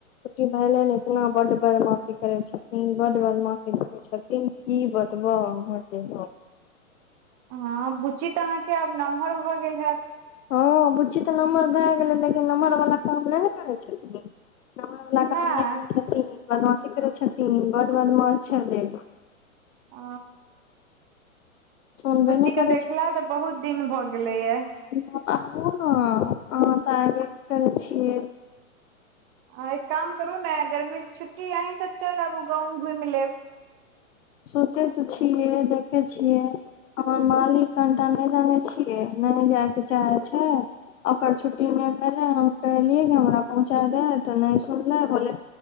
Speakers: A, on the left; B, on the right.
A: छुट्टी भेले इतना बड बदमाशी करै छथिन बड बदमाशी करै छथिन की बतबऽ अहाँके हम
B: हँ बुची त अहाँके आब नमहर भऽ गेल हेऽत
A: हँ बुच्ची तऽ नम्हर भए गेलै लेकिन नमहर बला काम नय ने करै छथिन नमहर वाला काम
B: नहि
A: नय करै छथिन बदमाशी करै छथिन बड बदमाश छलै
B: ओ
A: सुनबे
B: बुच्ची
A: नहि
B: के
A: करै
B: देखला तऽ बहुत दिन भऽ गेलैया
A: तऽ आबु न अहाँ तऽ एबे नय करै छियै
B: आ एक काम करू ने गरमी के छुट्टी अहीं सब चलि आबु गााँव घुमि लेब
A: सोचै तऽ छियै देखै छियै हमर मालिक कनिटा नय जनै छियै नय जायके चाहै छै ओकर छुट्टी नय भेलै हम कहलियै कि हमरा पहुँचा दे तऽ नय सुनले बोले